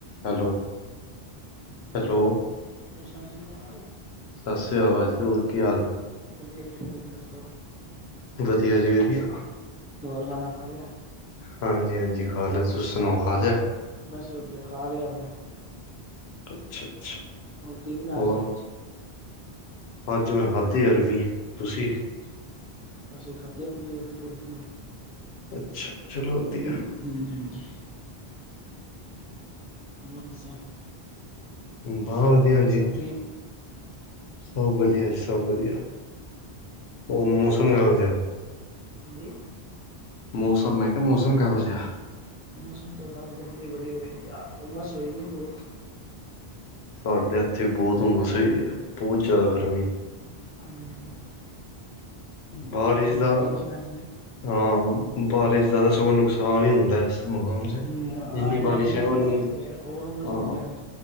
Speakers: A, on the left; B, on the right.
A: Hello, hello.
B: ਹਾਂਜੀ ਸਤਿ ਸ਼੍ਰੀ ਅਕਾਲ।
A: ਸਤਿ ਸ਼੍ਰੀ ਆਕਾਲ ਜੀ। ਹੋਰ ਕੀ ਹਾਲ ਹੈ।
B: ਹਾਂਜੀ। ਹਾਂਜੀ। ਤੁਸੀਂ ਦੱਸੋ।
A: ਵਧੀਆ ਜੀ ਵਧੀਆ।
B: ਹੋਰ, ਖਾਣਾ ਖਾ ਲਿਆ।
A: ਹਾਂਜੀ ਹਾਂਜੀ। ਖਾ ਲਿਆ। ਤੁਸੀਂ ਸੁਣਾਓ ਖਾ ਲਿਆ।
B: ਬਸ ਵਧੀਆ। ਖਾ ਲਿਆ ਹੁਨੇ।
A: ਅੱਛਾ ਅੱਛਾ।
B: ਹੋਰ, ਕਿ ਬਣਾਇਆ
A: ਹੋਰ
B: ਸੀ ਅੱਜ।
A: ਅੱਜ ਮੈਂ ਖਾਦੀ ਅਰਬੀ। ਤੁਸੀਂ
B: ਅੱਛਾ ਅੱਛਾ ਅਸੀਂ ਖਾਧੇ ਐ ਪਨੀਰ ਦੀ ਪੁਰਜੀ।
A: ਅੱਛਾ ਚਲੋ ਵਧੀਆ
B: ਹੂੰ ਹਾਂਜੀ। ਹੋਰ ਦੱਸੋ।
A: ਬਹ ਵਧੀਆ
B: ਘਰ
A: ਜੀ।
B: ਸਭ ਠੀਕ
A: ਸਭ ਵਧੀਆ ਜੀ ਸਭ ਵਧੀਆ ਹੋਰ ਮੌਸਮ ਕਿਹੋ ਜਿਹਾ।
B: ਹਾਂਜੀ
A: ਮੌਸਮ ਮੈਂ ਕਿਹਾ ਮੌਸਮ ਕਿਹੋ ਜਿਹਾ।
B: ਮੌਸਮ ਤੇ ਬਸ ਗਰਮੀ ਬੜੀ ਹੋਈ ਪਈ ਯਾਰ ਹੂਮਸ ਹੋਈ ਦੀ ਬਹੁਤ।
A: ਸਾਡੇ ਇੱਥੇ ਬਹੁਤ ਹੂਮਸ ਹੋਈ ਹੈ ਬਹੁਤ ਜ਼ਿਆਦਾ ਗਰਮੀ।
B: ਹੂੰ
A: ਬਾਰਿਸ਼ ਦਾ
B: ਚਾਹੀਦੀ ਹੈ ਵੈਸੇ
A: ਹਾਂ ਬਾਰਿਸ਼ ਦਾ ਤਾਂ ਸਗੋਂ ਨੁਕਸਾਨ ਹੀ ਹੁੰਦਾ। ਮੌਸਮ 'ਚ
B: ਹੂੰ
A: ਜਿੰਨੀ
B: ਅੱਜ ਆਈ
A: ਬਾਰਿਸ਼
B: ਸੀ
A: ਹੈ
B: ਸਵੇਰੇ
A: ਉਨੀ
B: ਫੇਰ ਹੋਰ ਹੂਮਸ
A: ਹਾਂ
B: ਹੋਗੀ ਅੱਜ।